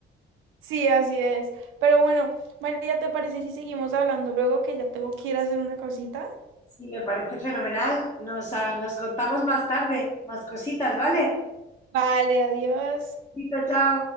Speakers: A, on the right (about 85°); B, on the left (about 15°).
A: Sí, así es. Pero bueno, María, ¿te parece si seguimos hablando luego que ya tengo que ir a hacer una cosita?
B: Sí, me parece fenomenal. Nos, ah, nos contamos más tarde, más cositas, ¿vale?
A: Vale, adiós.
B: Chao, chao.